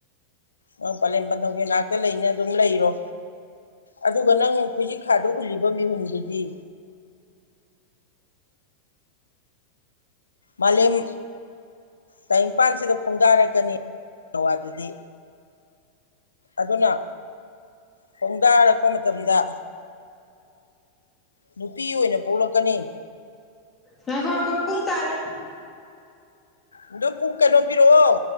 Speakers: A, on the left; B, on the left.
A: ꯅꯪ ꯄꯂꯦꯝ ꯄꯟꯊꯧꯒꯤꯅꯥꯛꯇ ꯂꯩꯅꯤ ꯑꯗꯨꯝ ꯂꯩꯔꯣ꯫ ꯑꯗꯨꯒ ꯅꯪ ꯈꯣꯏꯖꯤ ꯈꯥꯗ ꯍꯨꯜꯂꯤꯕ ꯃꯤꯍꯨꯟꯗꯨꯗꯤ꯫ ꯃꯥꯂꯦꯝ꯫ ꯇꯥꯏꯪꯄꯥꯟꯁꯤꯗ ꯈꯣꯡꯗꯥꯔꯛꯀꯅꯤ ꯅꯋꯥꯗꯨꯗꯤ꯫ ꯑꯗꯨꯅ ꯈꯣꯡꯗꯥꯔꯛꯄ ꯃꯇꯝꯗ꯫ ꯅꯨꯄꯤ ꯑꯣꯏꯅ ꯄꯣꯛꯂꯛꯀꯅꯤ꯫
B: ꯉꯥꯏꯈꯣ ꯉꯥꯏꯈꯣ ꯄꯨꯡ ꯇꯥꯔꯦ꯫
A: ꯑꯗꯨ ꯄꯨꯡ ꯀꯩꯅꯣ ꯄꯤꯔꯛꯑꯣ꯫